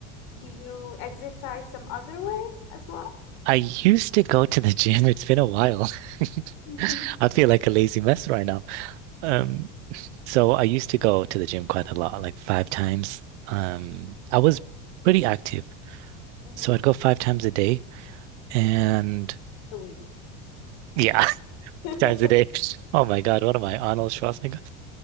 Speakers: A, on the left; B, on the right.
A: Do you exercise some other way as well?
B: I used to go to the gym. It's been a while. <laughs>
A: Mhm.
B: I feel like a lazy mess right now. Um, So I used to go to the gym quite a lot, like five times. Um, I was
A: Okay.
B: pretty active.
A: Mm-hmm.
B: So I'd go five times a day and
A: A week.
B: yeah, <laughs>
A: <laughs>
B: times a day. Oh my God, what am I, Arnold Schwarzenegger?